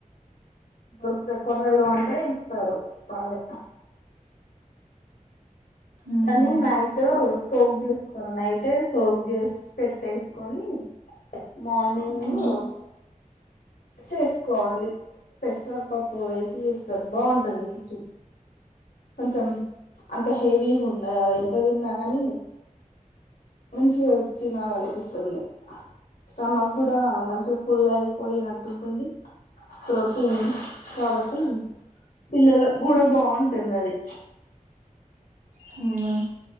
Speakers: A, on the left; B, on the right.
A: దొరుకుతాయి కొర్రలు అంటే ఇస్తారు వాళ్ళే
B: ఉహు
A: వాళ్ళు నైట్ సోప్ జ్యూస్ కొననైతే సోక్ జేసి పెట్టేసుకొని మార్నింగ్
B: అవునా
A: హోప్ చేసుకోవాలి పెసరపప్పు వేసి చేస్తర్ బావుంటుంది కిచిడి కొంచెం అంత హెవీ ఉండలేకా అవి ఎంటివో తిన్నా కాని మంచిగ అ తినాలనిపిస్తుంది, స్టమక్ కూడా మంచిగ ఫుల్ అయిపోయినట్టుంటుంది, ప్రోటీన్ కాబట్టి పిల్లలకు కూడా బావుంటు తిన్నది
B: హుమ్మ్